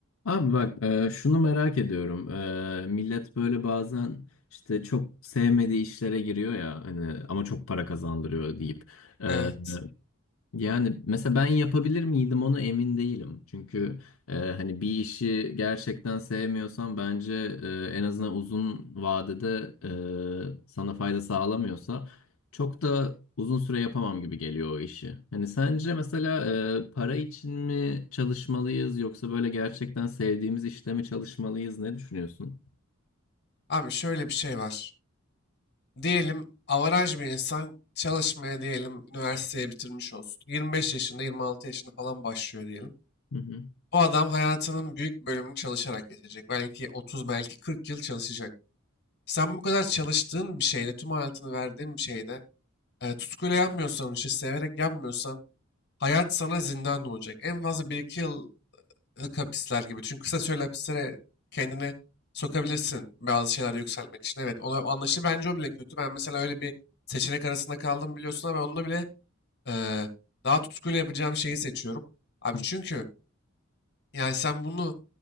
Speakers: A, on the left; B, on the left.
A: Abi bak e, şunu merak ediyorum. E, millet böyle bazen işte çok sevmediği işlere giriyor ya hani ama çok para kazandırıyor deyip. E,
B: Evet.
A: yani mesela ben yapabilir miydim onu emin değilim. Çünkü e, hani bir işi gerçekten sevmiyorsan bence e, en azından uzun vadede e, sana fayda sağlamıyorsa çok da uzun süre yapamam gibi geliyor o işi. Hani sence mesela e, para için mi çalışmalıyız yoksa böyle gerçekten sevdiğimiz işte mi çalışmalıyız ne düşünüyorsun?
B: Abi şöyle bir şey var. Diyelim avaraj bir insan çalışmaya diyelim üniversiteyi bitirmiş olsun. 25 yaşında 26 yaşında falan başlıyor diyelim.
A: Hı hı.
B: O adam hayatının büyük bölümünü çalışarak geçecek. Belki 30 belki 40 yıl çalışacak. Sen bu kadar çalıştığın bir şeyde tüm hayatını verdiğin bir şeyde e, tutkuyla yanmıyorsan işi severek yanmıyorsan hayat sana zindan olacak. En fazla bir iki yıl lık hapisler gibi. Çünkü kısa süreli hapislere kendini sokabilirsin bazı şeylerde yükselmek için. Evet ona anlaşılır. Bence o bile kötü. Ben mesela öyle bir seçenek arasında kaldım biliyorsun ama onunla bile eee, daha tutkuyla yapacağım şeyi seçiyorum. Abi
A: Hı
B: çünkü yani sen bunu